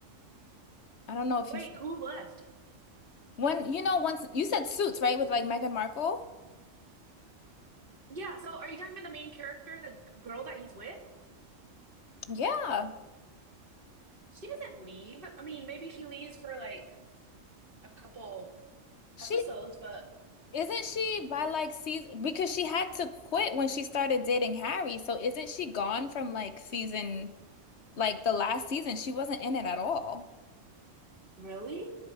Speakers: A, on the left; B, on the right.
A: I don't know if
B: Wait,
A: you
B: who left?
A: when you know once you said Suits, right? With like Meghan Markle.
B: Yeah, so are you talking about the main character, the g- girl that he's with?
A: Yeah.
B: She doesn't leave. I mean, maybe she leaves for like a couple
A: She
B: episodes, but
A: isn't she by like season because she had to quit when she started dating Harry. So isn't she gone from like season like the last season? She wasn't in it at all.
B: Really?